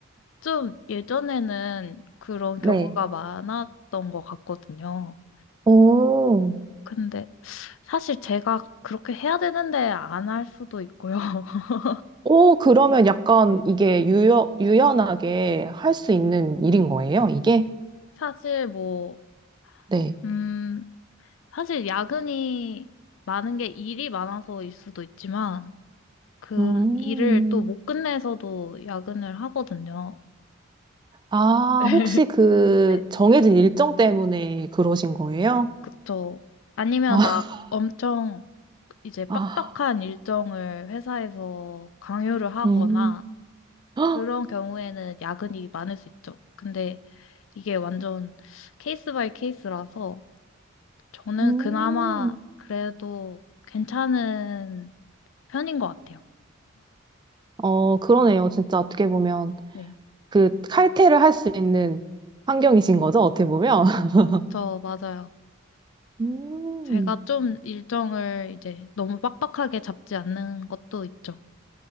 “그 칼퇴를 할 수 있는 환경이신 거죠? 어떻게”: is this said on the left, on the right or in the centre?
Right